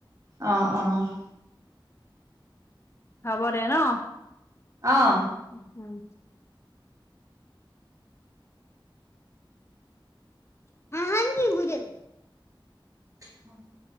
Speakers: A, on the right; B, on the left.
A: অঁ', অঁ',
B: হব দে ন'?
A: অ'।
B: উম, <unintelligible>
A: হয়